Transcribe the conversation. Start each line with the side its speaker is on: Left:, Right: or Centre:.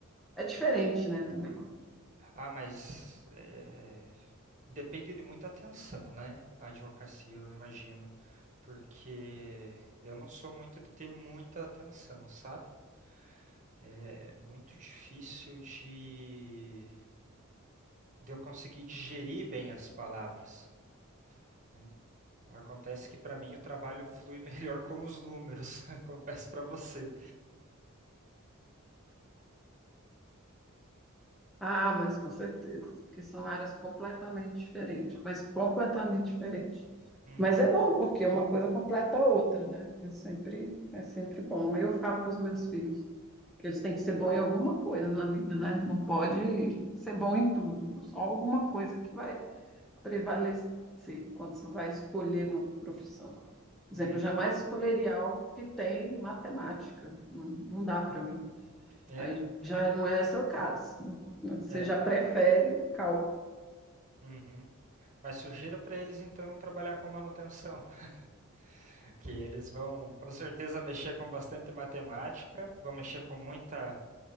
Centre: é diferente, né, também.
Right: Ah, mas é, depende de muita atenção, né? A advocacia, eu imagino. Porque eu não sou muito de ter muita atenção, sabe? É muito difícil de, de eu conseguir digerir bem as palavras, né? Acontece que para mim o trabalho flui <laughs> melhor com os números, <laughs> confesso para você.
Centre: Ah, mas com certeza, porque são áreas completamente diferentes, mas completamente diferentes.
Right: Uhum,
Centre: Mas é bom, porque uma coisa completa a outra, né? É sempre, é sempre bom. Eu falo para os meus filhos que eles têm que ser bom em alguma coisa na vida, né? Não pode ser bom em tudo, só alguma coisa que vai prevalecer quando você vai escolher uma profissão. Por
Right: uhum.
Centre: exemplo, eu jamais escolheria algo que tem matemática. Não, não dá para mim.
Right: É,
Centre: Aí já é, não é seu caso. Você
Right: é.
Centre: já prefere cálculo.
Right: uhum. Mas sugiro para eles então trabalhar com manutenção, <laughs> que eles vão com certeza mexer com bastante matemática, vão mexer com muita,